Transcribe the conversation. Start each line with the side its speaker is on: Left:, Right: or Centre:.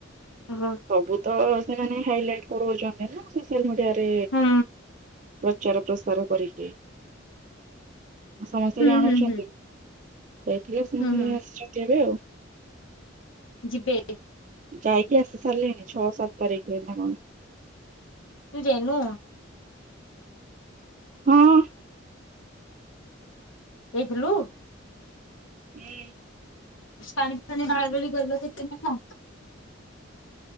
Left: ହଁ।
Right: ସବୁତ ସେମାନେ ହାଇଲାଇଟ କରଉଚନ୍ତିନା ସୋସିଆଲ ମିଡ଼ିଆରେ
Left: ହୁଁ
Right: ପ୍ରଚାର ପ୍ରସାର କରିକି ସମସ୍ତେ
Left: ହୁଁ
Right: ଜାଣୁଚ
Left: ହୁଁ ହୁଁ
Right: ଏଥିଲା ସେମାନେ
Left: ହୁଁ ହୁଁ
Right: ଆସିଚନ୍ତି ଏବେ ଆଉ।
Left: ଯିବେ।
Right: ଯାଇକି ଆସି ସାରିଲେଣି ଛଅ ସାତ ତାରିଖରେ ନା କଣ।
Left: ତୁ ଯାଇନୁ?
Right: ହଁ।
Left: ଯାଇଥିଲୁ।
Right: ହେ
Left: ପାଣି ପାଣି ଢ଼ଳା ଢ଼ଳି କଲଯେ କେତେ ନେଲା?